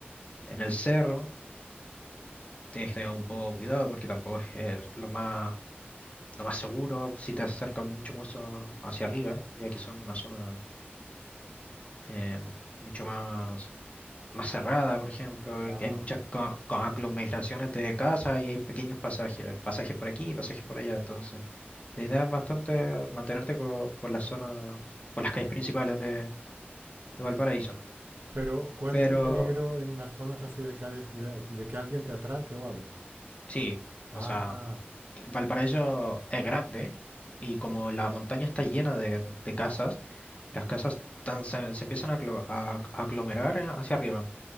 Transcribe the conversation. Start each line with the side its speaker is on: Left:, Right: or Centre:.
Left: en el cerro tienes que tener un poco de cuidado porque tampoco es eh, lo más, lo más seguro si te acercan mucho más a- hacia arriba, ya que son una zona eh, mucho más, más cerrada, por ejemplo,
Right: Ah,
Left: y que hay muchas co- co- aglomeraciones de casas y hay pequeños pasajes, pasajes por aquí, pasajes por allá, entonces la idea es bastante mantenerte co- por, las zonas, por las calles principales de, de Valparaíso,
Right: pero ¿cuál
Left: pero
Right: es el peligro en las zonas así de calles de, de que alguien te atraque o algo?
Left: sí,
Right: Ah,
Left: o sea, Valparaíso es grande y como la montaña está llena de, de casas, Las casas tan- se, se empiezan a, aglo- a- a aglomerar eh, hacia arriba.